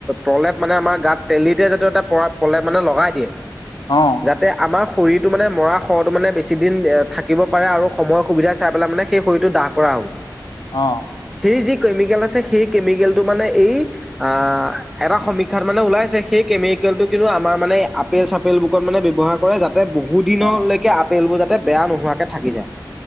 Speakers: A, in the centre; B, on the left (about 80°).
A: প্ৰলেপ মানে আমাৰ গাত তেলিতে জাতীয় এটা পৰা প্ৰলেপ মানে লগাই দিয়ে।
B: অ',
A: যাতে আমাৰ শৰীৰটো মানে মৰা শটো মানে বেছি দিন থাকিব পাৰে আৰু সময় সুবিধা চাই পেলাই মানে সেই শৰীৰতো দাহ কৰা হ'ল।
B: অ।
A: সেই যি কেমিকেল আছে সেই কেমিকেল টো মানে এই আ এটা সমীক্ষাত মানে ওলাইছে, সেই কেমিকেলটো কিন্তু আমাৰ মানে আপেল-চাপেল বোৰত মানে ব্যৱহাৰ কৰে, যাতে বহু দিনলৈকে
B: অ
A: আপেলবোৰ যাতে বেয়া নোহোৱাকে থাকি যায়।